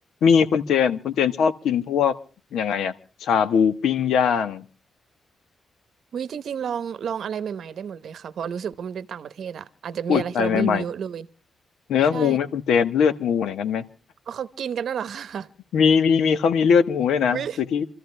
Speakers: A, on the left; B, on the right.
A: มีคุณเจนคุณเจนชอบกินพวกยังไงอะชาบูปิ้งย่าง
B: วิจริงๆลองลองอะไรใหม่ๆได้หมดเลยค่ะเพราะรู้สึกว่ามันเป็นต่างประเทศอะอาจจะมีอะไรที่เราไม่รู้เยอะเลย
A: อุ้ยอะไรใหม่ๆเนื้องูไหมคุณเจนเลือดงูอะไรกันไหม
B: ใช่ เอเขากินกันด้วยเหรอคะ
A: มีมีมีเขามีเลือดงูด้วยนะคือที่
B: วิ